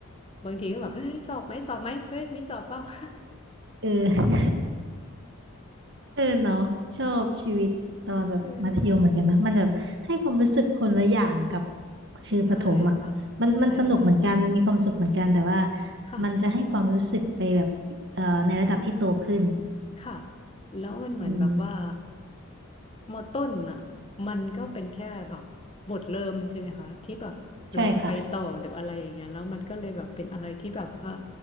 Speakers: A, on the left; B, on the right.
A: บางทีก็แบบเฮ้ยสอบไหมสอบไหมเฮ้ยมีสอบเปล่า <laughs>
B: เออ <laughs> เออเนาะชอบชีวิตตอนแบบมัธยมเหมือนกันนะมันแบบให้ความรู้สึกคนละอย่างกับ
A: เออ
B: คือประถมอ่ะมันมันสนุกเหมือนกันมันมีความสุขเหมือนกันแต่ว่า
A: ใช่ค่ะใช่ค่ะค่ะ
B: มันจะให้ความรู้สึกไปแบบเอ่อในระดับที่โตขึ้น
A: ค่ะแล้วมันเหมือนแบบว่า
B: อืม
A: มอต้นอ่ะมันก็เป็นแค่แบบบทเริ่มใช่ไหมคะที่แบบเราจะไปต่อหรืออะไรอย่างเงี้ยแล้วมันก็เลยแบบเป็นอะไรที่แบบว่า
B: ใช่ค่ะ